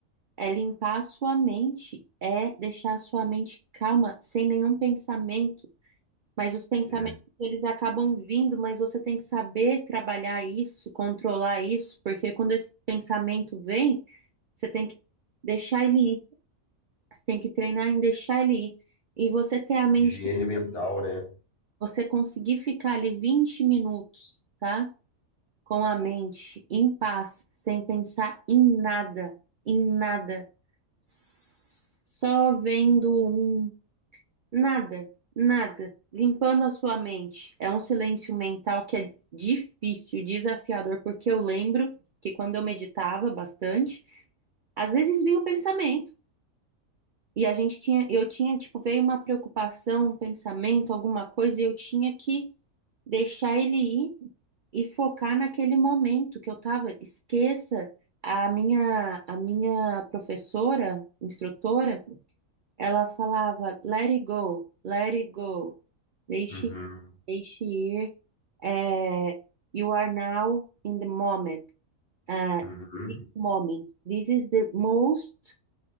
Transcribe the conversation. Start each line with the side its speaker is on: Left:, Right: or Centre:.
Right: É limpar a sua mente, é deixar a sua mente calma, sem nenhum pensamento. Mas os pensamentos,
Left: é,
Right: eles acabam vindo, mas você tem que saber trabalhar isso, controlar isso, porque quando esse pensamento vem, você tem que deixar ele ir. Você tem que treinar em deixar ele ir. E você ter a mente,
Left: higiene mental, né?
Right: você conseguir ficar ali 20 minutos, tá? Com a mente em paz, sem pensar em nada, em nada. Só vendo um nada, nada, limpando a sua mente. É um silêncio mental que é difícil, desafiador, porque eu lembro que quando eu meditava bastante, às vezes vinha o pensamento e a gente tinha, eu tinha, tipo, veio uma preocupação, um pensamento, alguma coisa, e eu tinha que deixar ele ir e focar naquele momento que eu tava. Esqueça a minha, a minha professora, instrutora ela falava, let it go, let it go, deixe,
Left: Uhum.
Right: deixe ir, é, you are now in the moment, é,
Left: Uhum.
Right: this moment, this is the most